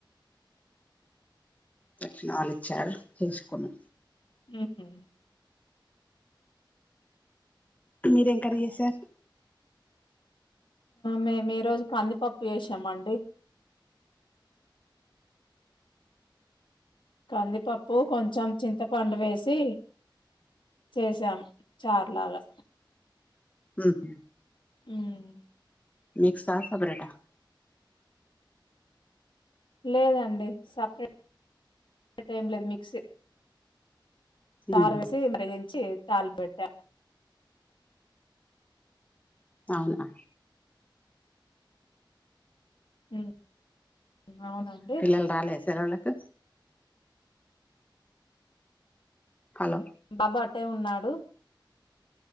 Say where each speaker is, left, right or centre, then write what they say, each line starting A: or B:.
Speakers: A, on the left (about 20°); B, on the left (about 75°).
A: తెలిసిన వాళ్లిచ్చారు. చేసుకున్నా.
B: ఉహూ
A: మీరేం కర్రి చేసారు.
B: మేము ఈరోజు కందిపప్పు చేసామండి. కందిపప్పు కొంచెం చింతపండు వేసి చేసాము చార్లాగా.
A: ఉహూ
B: ఉమ్
A: మిక్సా సపరేటా.
B: లేదండి. సపరేట్ రేట్ ఏం లేదు మిక్స్. చారు
A: ఉహు.
B: పోసి మరిగించి. తాలింపు పెట్టా.
A: అవునా.
B: ఉమ్ అవునా అండి.
A: పిల్లలు రాలే సెలవులకు. హలో
B: బాబు అటే ఉన్నాడు.